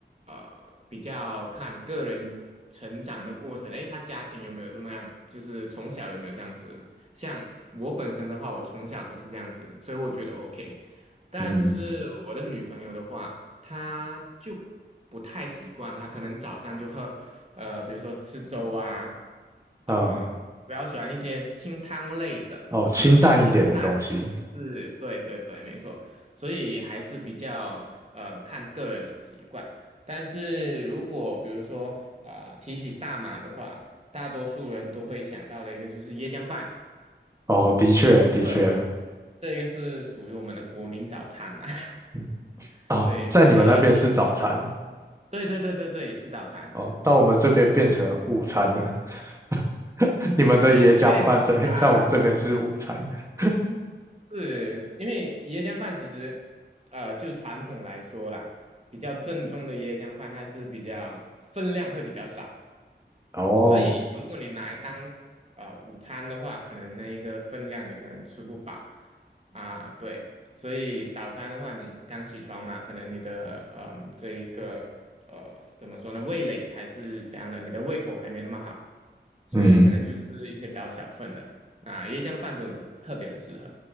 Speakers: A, on the right; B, on the right.
A: 呃比较看个人成长的过程，诶，他家庭有没有这么样，就是从小有没有这样吃。像我本身的话，我从小都是这样吃，所以我觉得 OK。但是我的女朋友的话，
B: 嗯，
A: 他就不太习惯，他可能早上就喝，呃，比如说吃粥啊，
B: 啊、
A: 嗯、比较喜欢一些清汤类的啊、
B: 哦，清淡一点的东西。
A: 比较清淡的，是，对对对，没错，所以还是比较呃看个人的习惯。但是如果比如说啊、呃提起大马的话，大多数人都会想到的一个就是椰浆饭，
B: 哦，的确，的确，
A: 对，这个是属于我们的国民早餐呐、<laughs>
B: 嗯哦，
A: 对，
B: 在你们那边是早餐，
A: 所以也对对对对对，是早餐。
B: 哦，到我们这边变成午餐了。<laughs> 你们的椰浆饭在在我们这边是午餐。
A: 有一点时差，
B: <laughs>
A: 是因为椰浆饭其实，呃，就传统来说啦，比较正宗的椰浆饭，它是比较分量会比较少，
B: 哦，
A: 所以，如果你拿来当呃午餐的话，可能那一个分量你可能吃不饱啊，对。所以早餐的话，你刚起床嘛，可能你的嗯这一个呃怎么说呢，味蕾还是怎样的，你的胃口还没那么好，所以可能就嗯是一些比较小份的。
B: 嗯，
A: 那椰浆饭就特别的适合。